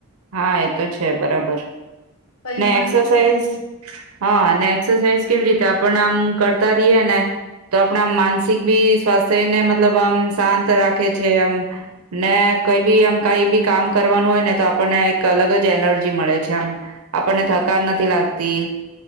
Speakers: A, on the right; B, on the left.
A: હા એ તો છે બરાબર.
B: પણ એને
A: ને
B: મને
A: એક્સરસાઇઝ
B: શું છે થાય
A: હા ને એક્સરસાઇઝ કેવી રીતે તો આપણ આમ કરતા રહીએ ને તો આપણા માનસિક ભી સ્વાસ્થ્યને મતલબ આમ શાંત રાખે છે. આમ ને કઈ બી એમ કઈ બી કામ કરવાનું હોય ને તો આ આપણને એક અલગ જ એનર્જી મળે છે આમ આપણને થક નથી લાગતી